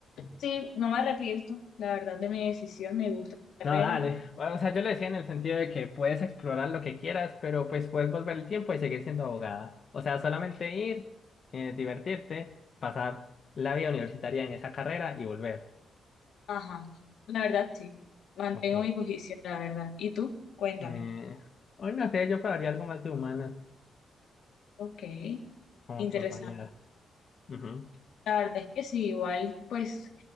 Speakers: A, on the left (about 70°); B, on the left (about 35°).
A: Sí, no me arrepiento, la verdad de mi decisión, me gusta mi carrera.
B: No, dale. Bueno, o sea, yo le decía en el sentido de que puedes explorar lo que quieras, pero pues puedes volver el tiempo y seguir siendo abogada. O sea, solamente ir, eh, divertirte, pasar la vida universitaria en esa carrera y volver.
A: Ajá, la verdad sí, mantengo
B: Ok.
A: mi posición, la verdad. ¿Y tú? Cuéntame.
B: Eh, hoy no sé, yo pagaría algo más de humana,
A: Ok,
B: como
A: interesante.
B: por variar. Ujú.
A: La verdad es que sí, igual, pues,